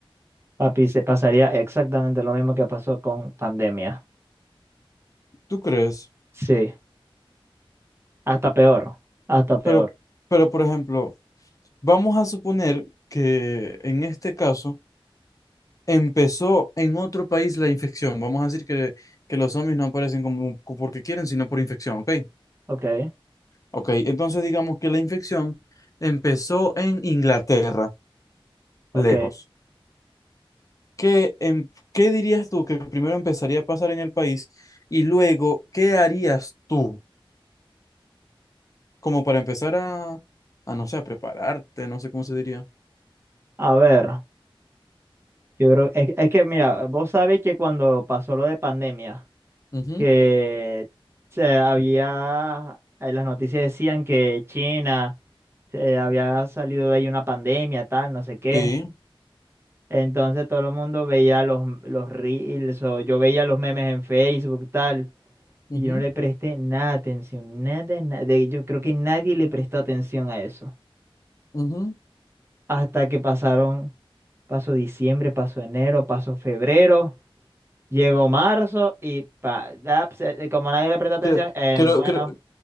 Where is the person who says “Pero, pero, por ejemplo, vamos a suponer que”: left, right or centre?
Left